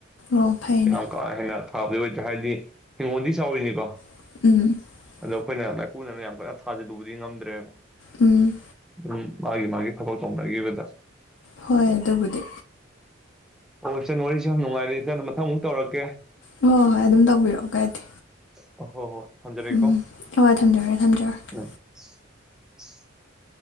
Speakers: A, on the left (about 70°); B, in the centre.
A: ꯑꯣ ꯐꯩꯅꯦ
B: ꯌꯥꯝ ꯀꯥ ꯍꯦꯟꯅ ꯄꯥꯕꯗꯤ ꯂꯣꯏꯗ꯭ꯔꯤ ꯍꯥꯏꯗꯤ ꯅꯤꯎꯃꯣꯅꯤꯛꯁ ꯍꯧꯔꯤꯅꯤꯀꯣ
A: <inaudible>
B: ꯑꯗꯣ ꯑꯩꯈꯣꯏꯅ ꯃꯥꯏꯄꯨꯅꯅ ꯌꯥꯝ ꯀꯟꯅ ꯊꯥꯖꯤꯜꯂꯨꯕꯗꯤ ꯉꯝꯗ꯭ꯔꯦꯕ
A: ꯎꯝ
B: ꯑꯗꯨꯝ ꯃꯥꯒꯤ ꯃꯥꯒꯤ ꯊꯕꯛ ꯇꯧꯅꯈꯤꯕꯗ
A: ꯍꯣꯏ ꯑꯗꯨꯕꯨꯗꯤ
B: ꯑꯣ ꯏꯆꯟ ꯋꯥꯔꯤꯁꯨꯦ ꯌꯥꯝ ꯅꯨꯡꯉꯥꯏꯔꯤ ꯃꯊꯪ ꯑꯃꯨꯛ ꯇꯧꯔꯛꯀꯦ
A: ꯍꯣꯏ ꯍꯣꯏ ꯑꯗꯨꯝ ꯇꯧꯕꯤꯔꯛꯑꯣ ꯀꯥꯏꯗꯦ
B: ꯍꯣ ꯍꯣꯏ ꯊꯝꯖꯔꯒꯦꯀꯣ
A: ꯎꯝ ꯍꯣꯏ ꯊꯝꯖꯔꯒꯦ ꯊꯝꯖꯔꯒꯦ
B: ꯎꯝ <inaudible>